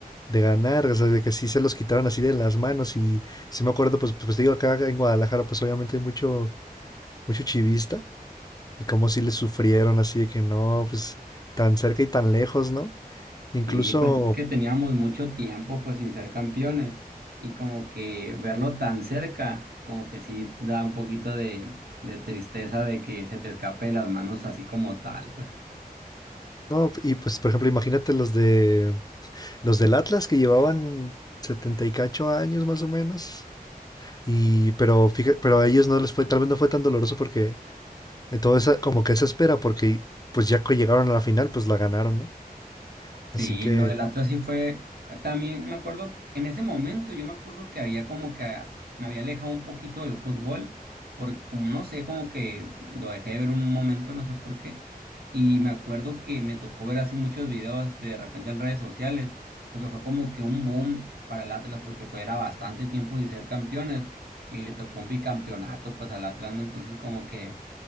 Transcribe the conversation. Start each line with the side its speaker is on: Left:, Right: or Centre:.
Left: de ganar, o sea, de que sí se los quitaron así de las manos y sí me acuerdo, pues, pues digo, acá en Guadalajara, pues obviamente hay mucho, mucho chivista y como sí le sufrieron así de que no, pues tan cerca y tan lejos, ¿no? Incluso
Right: Sí, pues es que teníamos mucho tiempo pues sin ser campeones y como que verlo tan cerca, como que sí da un poquito de, de tristeza de que se te escape de las manos así como tal, pues.
Left: No, y pues, por ejemplo, imagínate los de los del Atlas que llevaban 70 y cacho años más o menos. Y pero fíjate, pero a ellos no les fue, tal vez no fue tan doloroso porque de todo esa como que esa espera porque pues ya que llegaron a la final, pues la ganaron, ¿no? Así
Right: Sí,
Left: que
Right: lo del Atlas sí fue, también me acuerdo, en ese momento yo me acuerdo que había como que a- me había alejado un poquito del fútbol, porque como no sé, como que lo dejé de ver un momento, no sé por qué, y me acuerdo que me tocó ver así muchos videos de repente en redes sociales, porque fue como que un boom para el Atlas, porque pues era bastante tiempo sin ser campeones, y le tocó un bicampeonato pues al Atlas, ¿no? Entonces como que